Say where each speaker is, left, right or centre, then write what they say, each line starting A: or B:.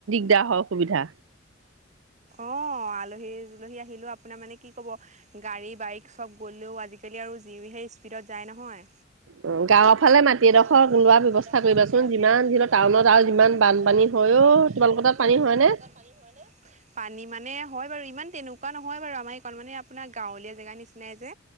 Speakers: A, on the right; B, on the right.
A: <unintelligible> দাৰ হয়, অসুবিধা।
B: অ', আলহী-দুলহী আহিলেও আপোনাৰ মানে কি ক'ব, গাড়ী বাইক চব গ'লেও আজিকালি আৰু যি হে স্পীডত যায় নহয়।
A: অ গাঁৱৰ ফালে মাটি এডোখৰ
B: গাঁৱৰ ফালে
A: লোৱাৰ
B: মাটি
A: ব্যৱস্থা
B: এডোখৰ
A: কৰিবাচোন
B: লোৱা
A: যিমান
B: ব্যৱস্থা
A: যি
B: কৰিবাচোন,
A: হলেও টাউনত
B: যিমান
A: আৰু
B: দূৰত টাউনত
A: বানপানী
B: আৰু
A: হয়
B: ইমান
A: অ
B: বানপানী
A: তোমালোকৰ
B: হয়
A: তাত
B: অ'
A: পানী হয়নে?
B: তোমালোকৰ তাত পানী হয় নে? পানী মানে হয় বাৰু, ইমান তেনেকুৱা নহয় বাৰু, আমাৰ এইকণ মানে আপোনাৰ গাঁৱলীয়া জেগা নিছিনাই যে।